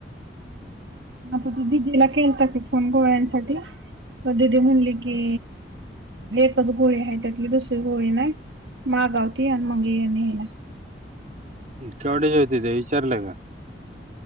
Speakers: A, on the right; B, on the right.
A: आता ते दिदीला केलता की फोन गोळ्यांसाठी दीदी म्हणली की एकच गोळी हाय त्यातली दुसरी गोळी नाय मागावती आणि मग ये न्यायला
B: केवडयाच्या हुत्या त्या विचारलं का?